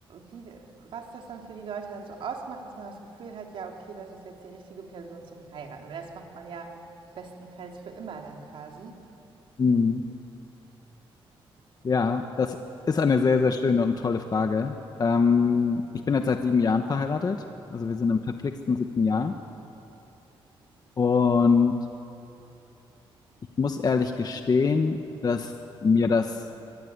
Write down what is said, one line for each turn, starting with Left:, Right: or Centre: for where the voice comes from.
Right: wie, was das dann für die Leute dann so ausmacht, dass man das Gefühl hat, ja, okay, das ist jetzt die richtige Person zum Heiraten. Weil das macht man ja bestenfalls für immer dann quasi.
Left: mhm. Ja, das ist eine sehr, sehr schöne und tolle Frage. Ähm, ich bin jetzt seit sieben Jahren verheiratet, also wir sind im verflixten siebten Jahr und ich muss ehrlich gestehen, dass mir das